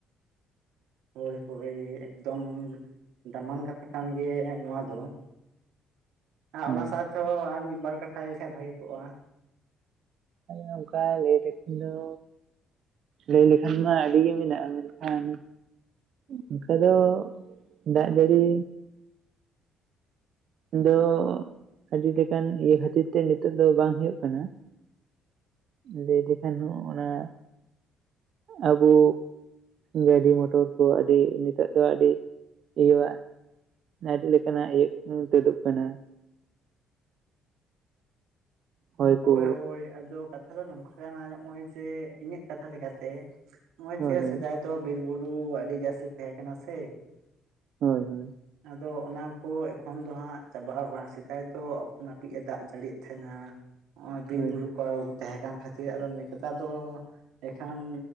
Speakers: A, on the right (about 85°); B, on the right (about 50°).
A: ᱦᱳᱭ ᱦᱳᱭ ᱮᱠᱫᱚᱢ ᱫᱟᱢᱟᱱ ᱠᱟᱛᱷᱟ ᱠᱟᱱ ᱜᱮᱭᱟ ᱱᱚᱣᱟ ᱫᱚ ᱾ ᱟᱨ
B: ᱦᱳᱭ
A: ᱚᱱᱟ ᱥᱟᱶ ᱛᱮᱦᱚᱸ ᱟᱨ ᱢᱤᱫ ᱵᱟᱨ ᱠᱟᱛᱷᱟ ᱞᱟᱹᱭ ᱞᱮᱠᱷᱟᱱ ᱵᱷᱟᱜᱮ ᱠᱚᱜᱼᱟ᱾
B: ᱟᱫᱚ ᱚᱱᱠᱟ ᱞᱟᱹᱭ ᱞᱮᱠᱷᱟᱱ ᱫᱚ ᱞᱟᱹᱭ ᱞᱮᱠᱷᱟᱱ ᱢᱟ ᱟᱹᱰᱤ ᱜᱮ ᱢᱮᱱᱟᱜᱼᱟ ᱢᱮᱱᱠᱷᱟᱱ ᱚᱱᱠᱟ ᱫᱚ ᱫᱟᱜ ᱡ ᱟᱹᱲᱤ ᱫᱚ ᱟᱹᱰᱤᱞᱮᱠᱟᱱ ᱤᱭᱟᱹ ᱠᱷᱟᱹᱛᱤᱨ ᱛᱮ ᱱᱤᱛᱚᱜ ᱫᱚ ᱵᱟᱝ ᱦᱩᱭᱩᱜ ᱠᱟᱱᱟ ᱾ ᱞᱟᱹᱭ ᱞᱮᱠᱷᱟᱱ ᱦᱚᱸ ᱚᱱᱟ ᱟᱵᱚ ᱜᱟᱹᱰᱤ ᱢᱚᱴᱚᱨ ᱠᱚ ᱟᱹᱰᱤ ᱱᱤᱛᱚᱜ ᱫᱚ ᱟᱹᱰᱤ ᱤᱭᱟᱹᱣᱟ ᱟᱹᱰᱤ ᱞᱮᱠᱟᱱᱟᱜ ᱤᱭᱟᱹ <inaudible> ᱛᱩᱫᱩᱜ ᱠᱟᱱᱟ
A: <inaudible>
B: ᱦᱚᱭ
A: ᱦᱳᱭ
B: ᱠᱚ
A: ᱦᱳᱭ ᱟᱫᱚ ᱠᱟᱛᱷᱟ ᱫᱚ ᱱᱚᱝᱠᱟ <inaudible> ᱱᱚᱜᱼᱚᱭ ᱡᱮ ᱤᱧᱟᱹᱜ ᱠᱟᱛᱷᱟ ᱞᱮᱠᱟᱛᱮ ᱱᱚᱜᱼᱚᱭ
B: ᱦᱳᱭ
A: ᱡᱮ ᱥᱮᱫᱟᱭ
B: ᱦᱳᱭ
A: ᱫᱚ ᱵᱤᱨ ᱵᱩᱨᱩ ᱟᱹᱰᱤ ᱡᱟᱹᱥᱛᱤ ᱛᱟᱦᱮᱸ ᱠᱟᱱᱟ ᱥᱮ
B: ᱦᱳᱭ ᱦᱳᱭ
A: ᱟᱫᱚ ᱚᱱᱟ ᱠᱚ ᱮᱠᱷᱚᱱ ᱫᱚ ᱦᱟᱸᱜ ᱪᱟᱵᱟᱣ ᱠᱟᱱᱟ ᱥᱮᱫᱟᱭ ᱫᱚ ᱚᱠᱛᱚ ᱱᱟᱹᱯᱤᱛ ᱮ ᱫᱟᱜ ᱡᱟᱹᱲᱤᱭᱮᱫ ᱛᱟᱦᱮᱱᱟ ᱾ ᱱᱚᱜᱼᱚᱭ ᱵᱤᱨ
B: ᱦᱳᱭ
A: ᱵᱩᱨᱩ
B: ᱦᱳᱭ
A: ᱠᱚ ᱛᱟᱦᱮᱸ ᱠᱟᱱ ᱠᱷᱟᱹᱛᱤᱨ ᱟᱫᱚ ᱱᱮᱛᱟᱨ ᱫᱚ ᱮᱱᱠᱷᱟᱱ